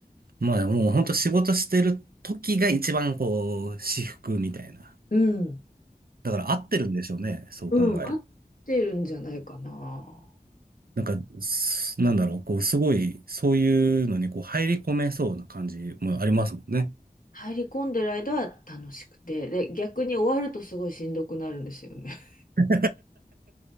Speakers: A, on the right; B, on the left.
A: まあもうほんと仕事してる時が一番こう、至福みたいな。
B: うん、
A: だから合ってるんでしょうね。そう考える。
B: うん、合ってるんじゃないかな。
A: なんか、すなんだろう、こう、すごい、そういうのにこう、入り込めそうな感じもありますもんね。
B: 入り込んでる間は楽しくて、で、逆に終わるとすごいしんどくなるんですよね。<laughs>
A: <laughs>